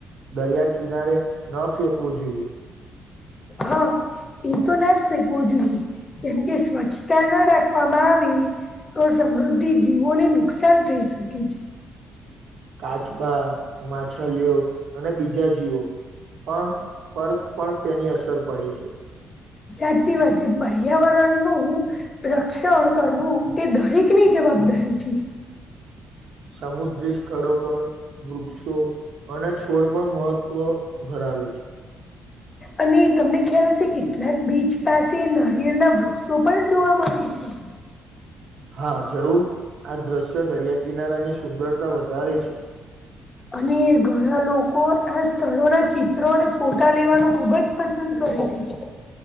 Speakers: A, on the right; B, on the left.
A: દરિયા કિનારે ન ફેંકવું જોઈએ.
B: હા એ તો ના જ ફેકવું જોઈએ કેમકે સ્વચ્છતા ના રાખવામાં આવી તો સમૃદ્ધિ જીવોને નુકસાન થઈ શકે છે.
A: કાચબા માછલીયો અને બીજા જીવો પણ પર પણ તેની અસર પડે છે.
B: સાચી વાત છે પર્યાવરણનુ રક્ષણ કરવું એ દરેક ની જ જવાબદારી છે.
A: <inaudible> સમુદ્રી સ્થળો પર વૃક્ષો અને છોડ પણ મહત્વ ધરા આવે છે.
B: અને તમને ખ્યાલ હશે કેટલાક બીચ પાસે નારિયેલના વૃક્ષો પણ જોવા મળે છે.
A: <inaudible> હા જરૂર આ દ્રશ્ય દરિયા કિનારાની સુંદરતા વધારે છે.
B: અને ઘણા લોકો આ સ્થળો ના ચિત્રો અને ફોટા લેવાનું ખુબ જ પસંદ કર <unintelligible>